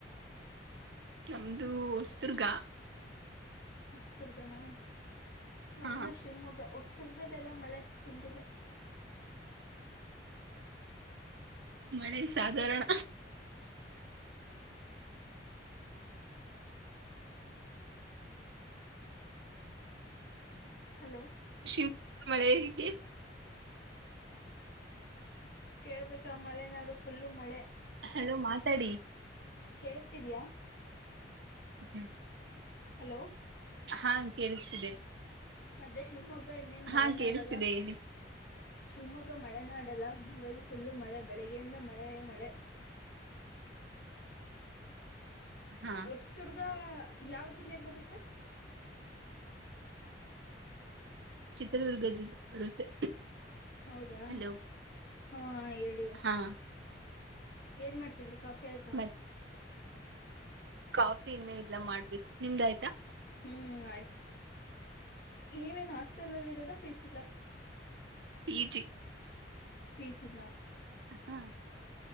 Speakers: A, on the right; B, on the left.
A: ನಮ್ದು ಹೊಸುದುರ್ಗಾ
B: ಹೊಸ್ತದುರ್ಗನಾ ನಮ್ದು
A: ಹಾ
B: ಶಿವಮೊಗ್ಗ ಹೊಸ್ ದುರ್ಗಲ್ಲೆಲ್ಲ ಮಳೆ ಹೆಂಗಿದೆ
A: ಮಳೆ ಸಾಧಾರಣ
B: ಹಲೋ
A: ಶಿಂ ಮಳೆ ಹಗೆ
B: ಕೇಳ್ಬೇಕಾ ಮಲೆನಾಡು ಫುಲ್ ಮಳೆ
A: ಅಲೋ ಮಾತಾಡಿ
B: ಕೇಳಿಸಿಸ್ತಿದೆಯಾ
A: ಹ್ಮ್
B: ಹಲೋ
A: ಹಾ ಕೇಳಿಸ್ತಿದೆ
B: ಅದೇ ಶಿವಮೊಗ್ಗ ಈಗ ಇನ್ನೇ ಮಳೆ
A: ಹಾ
B: ನಾಡಲ್ಲ
A: ಕೇಳಿಸ್ತಿದೆ ಹೇಳಿ
B: ಶಿವಮೊಗ್ಗ ಮಳೆ ನಾಡಲ್ಲ ಹಿಂಗಾಗಿ ಫುಲ್ಲು ಮಳೆ ಬೆಳಿಗ್ಗೆಯಿಂದ ಮಳೆ ಮಳೆ
A: ಹಾ
B: ಹೊಸ್ತರ್ಗ ಯಾವ ಜಿಲ್ಲೆೆಗೆ ಬರುತ್ತ
A: ಚಿತ್ರದುರ್ಗ ಜಿಲ್ಲೆ ಬರುತ್ತೆ
B: ಹೌದಾ
A: ಹಲೋ
B: ಹಾ ಆಯ್ ಹೇಳಿ
A: ಹಾ
B: ಏನ್ ಮಾಡ್ತಿದ್ರಿ ಕಾಫಿ ಆಯ್ತಾ
A: ಮತ್ ಕಾಫಿ ಇನ್ನೇ ಇಲ್ಲ ಮಾಡ್ಬೇಕು ನಿಮ್ದಾಯ್ತು
B: ಹ್ಮ್ ಆಯ್ತು ನೀವೇನ್ ಹಾಸ್ಟೆಲ್ಲಿ ಇರೋದ ಪಿ ಜಿಲ
A: ಫಿಜಿ
B: ಫಿಜಿನ
A: ಹ